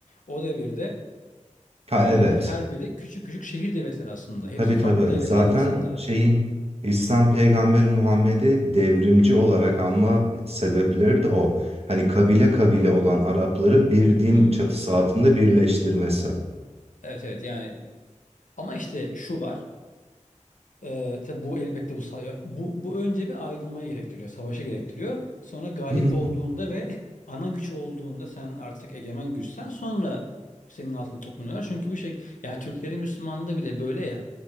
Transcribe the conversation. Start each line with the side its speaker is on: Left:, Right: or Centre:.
Left: o devirde
Right: Ha
Left: onların
Right: evet.
Left: her biri küçük küçük şehir devletleri aslında. Hepsi
Right: Tabii
Left: farklı
Right: tabii.
Left: devletlerin
Right: Zaten
Left: insanları.
Right: şeyin İslam peygamberi Muhammed'i devrimci olarak anma sebepleri de o. Hani kabile kabile olan Arapları bir
Left: Hmm,
Right: din çatısı altında birleştirmesi.
Left: Evet evet yani ama işte şu var e, tabi bu elbette bu, sa- bu bu önce bir ayrılmayı gerektiriyor savaşa gerektiriyor sonra galip
Right: Hı
Left: olduğunda ve <laughs> ana güç olduğunda sen artık egemen güçsen sonra senin altını toplanıyorlar çünkü bir şey ya Türklerin Müslümanlığı bile böyle ya